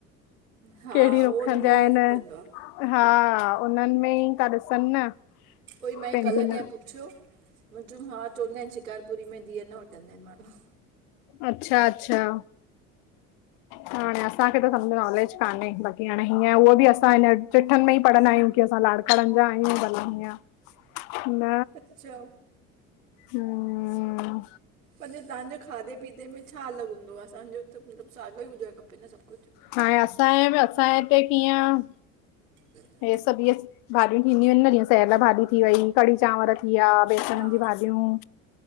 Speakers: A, on the right; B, on the left.
A: हा
B: केहड़ी
A: उहो
B: नूख
A: हुन
B: जा
A: लाइ
B: अहन
A: खपंदो आ
B: हा उन्हनि में ही ता ॾिसन न।
A: कोई मइ
B: पंहिंजी
A: कल कंहिं
B: न
A: पुछियो मुं चयो हा चवंदा आहिंन शिकारपुरी में धीअ न वठ वठन्दा आहिंन मांण्हू।
B: अच्छा अच्छा हाणे असांखे त समझ नॉलेज कान्हे। बाक़ी हाणे हीअं उहो बि असां हिन चिठन में ही पढ़ंदा आहियूं। की असां लाणकाणिनि जा आहियूं भला हीअं न
A: अच्छा
B: हम्म
A: पंहिंजे तव्हांजे खाधे पीते में छा अलॻि हूंदो आ? असांजो त मतलबु सागियो ई हुजण खपे न सब कुछ।
B: हाण असांजे मे असांजे हिते कीअं
A: <inaudible> <unintelligible>
B: हीअ सब इहे भाॼियूं थींदियूं आहिन न जीअं सेयल भाॼी थी वई कढ़ी चांवर थी विया बेसण
A: हा
B: जी भाॼियूं